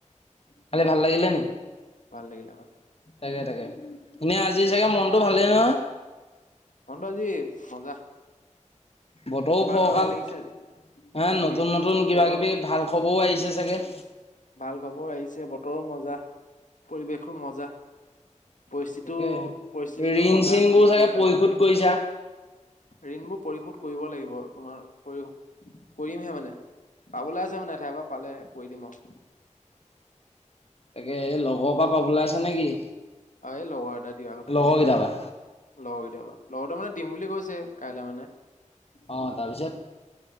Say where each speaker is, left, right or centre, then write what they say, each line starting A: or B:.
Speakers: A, on the left; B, on the left.
A: খালি ভাল লাগিলে নি
B: ভাল লাগিলে ভাল লাগিলে
A: তাকে, তাকে এনে আজি চাগে মন টো ভালেই ন।
B: মনটো আজি মজা।
A: বতৰো
B: কিবা
A: ফৰকাল
B: এটা ভাল লাগিছে আজি
A: হ
B: আজি
A: নতুন নতুন কিবা-
B: বতৰটো
A: কিবি ভাল খবৰও আহিছে। ছে চাগে।
B: ভাল খবৰ আহিছে বতৰো মজা পৰিৱেশো মজা। পৰিস্থিতিও
A: তাকে
B: পৰিস্থিতিটো
A: ঋণ
B: মজা
A: চিনবোৰ
B: ঠিকেই।
A: চাগে পৰিশোধ কৰিছা?
B: ঋণবোৰ পৰিশোধ কৰিব লাগিব তোমাৰ পৰিশোধ কৰিমহে মানে পাবলৈ আছে মানেঠাই পৰা পালে কৰি দিম অ',।
A: তাকে এই লগৰ পৰা পাব লা আছে নেকি।
B: অ', এই লগৰ এটা দিয়া কথা
A: লগৰ
B: আছে
A: কেইটাৰ পৰা?
B: লগৰ কেইটয়াবা লগৰ ত মানে। দিম বুলি কৈছে কাইলৈ মানে।
A: অ তাৰপিছত।